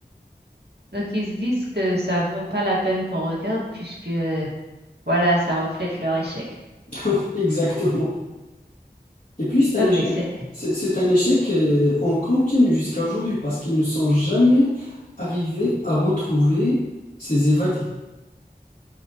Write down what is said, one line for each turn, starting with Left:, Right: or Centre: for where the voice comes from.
Right: Donc, ils se disent que ça vaut pas la peine qu'on regarde puisque, euh, voilà, ça reflète leur échec.
Left: <laughs> Exactement. Et puis, c'est un
Right: Ah,
Left: échec.
Right: mais c'est...
Left: C'est c'est un échec euh, en continu jusqu'à aujourd'hui parce qu'ils ne sont jamais arrivés à retrouver ces évadés.